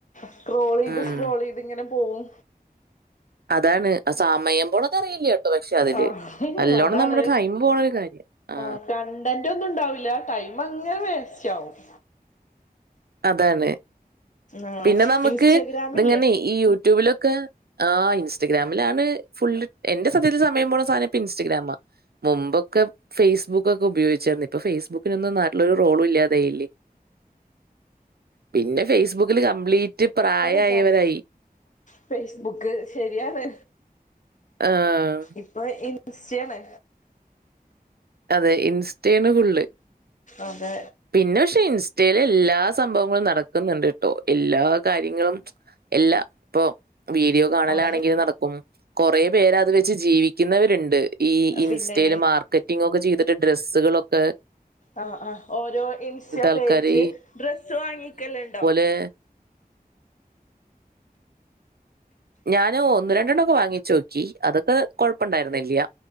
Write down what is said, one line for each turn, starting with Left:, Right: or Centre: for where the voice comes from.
Left: സ്ക്രോൾ ചെയ്ത്
Right: ഉം.
Left: സ്ക്രോൾ ചെയ്ത് ഇങ്ങനെ പോവും
Right: അതാണ് സമയം പോണത് അറില്ലട്ടോ പക്ഷെ അതില്
Left: ആഹ്
Right: നല്ലോണം
Left: അതാണ്
Right: നമ്മുടെ ടൈം പോണ ഒരു കാര്യം ആ.
Left: ആഹ് കണ്ടന്റ് ഒന്നും ഉണ്ടാവില്ല ടൈം അങ്ങനെ വേസ്റ്റ ആവും
Right: അതാണ്
Left: ആഹ്
Right: പിന്നെ നമുക്ക്
Left: ഇൻസ്റ്റഗ്രാമില്ലേ
Right: ഇതിങ്ങനെ ഈ യൂട്യൂബിലൊക്കെ ആഹ് ഇൻസ്റ്റഗ്രാമിലാണ് ഫുൾ എന്റെ സത്യത്തില് സമയം പോണ സാനം ഇപ്പ ഇൻസ്റ്റഗ്രാമ മുമ്പൊക്കെ ഫേസ്ബുക്ക്‌ ഒക്കെ ഉപയോഗിച്ചിരുന്നെ ഇപ്പൊ ഫേസ്ബുക്കിനൊന്നും നാട്ടിലൊരു റോളു ഇല്ലാതായില്ലേ പിന്നെ ഫേസ്ബുക്കില് കംപ്ലീറ്റ് പ്രായആയാവാരായി
Left: ഇതാണ് ഫേസ്ബുക്ക് ശരിയാണ്
Right: ആഹ്
Left: ഇപ്പൊ ഇൻസ്റ്റാആണ്
Right: അതെ ഇൻസ്റ്റായാണ് ഫുള്ള്
Left: അതെ
Right: പിന്നെ പക്ഷെ ഇൻസ്റ്റല് എല്ലാ സംഭവങ്ങളും നടക്കുന്നുണ്ട് ട്ടോ എല്ലാ കാര്യങ്ങളും എല്ല ഇപ്പോ വീഡിയോ കാണലാണെങ്കി
Left: അത്
Right: നടക്കും കൊറെ പേര് അത് വെച്ച് ജീവിക്കുന്നവരുണ്ട് ഈ ഇൻസ്റ്റായിൽ
Left: പിന്നെ
Right: മാർക്കറ്റിങ് ഒക്കെ ചെയ്തിട്ട് ഡ്രസ്സുകളൊക്കെ
Left: ആഹ് ആഹ് ഓരോ ഇൻസ്റ്റ
Right: ആൾക്കാര്
Left: പേജ് ഡ്രസ്സ് വാങ്ങിക്കലുണ്ടോ
Right: ഏഹ് ഞാന് ഒന്ന് രണ്ടെണ്ണം ഒക്കെ വാങ്ങിചൊക്കി അതൊക്കെ കൊഴപ്പുണ്ടായിരുന്നില്ല